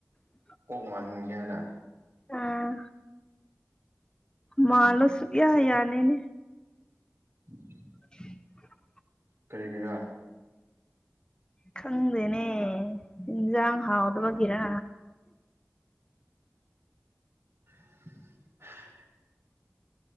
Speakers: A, on the left (about 15°); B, on the right (about 55°).
A: ꯀꯔꯤ
B: ꯀꯣꯛ ꯃꯥꯡꯍꯟꯒꯦ ꯍꯥꯏꯅ
A: ꯑꯥ ꯃꯥꯥꯡꯂꯣꯁꯨꯒꯌꯥ
B: ꯎꯝ
A: ꯌꯥꯅꯦꯅꯦ
B: <unintelligible>
A: <unintelligible>
B: ꯀꯦꯒ
A: ꯈꯪꯗꯦꯅꯦ ꯏꯟꯖꯥꯡ ꯍꯥꯎꯗꯕꯒꯤꯔ
B: <unintelligible>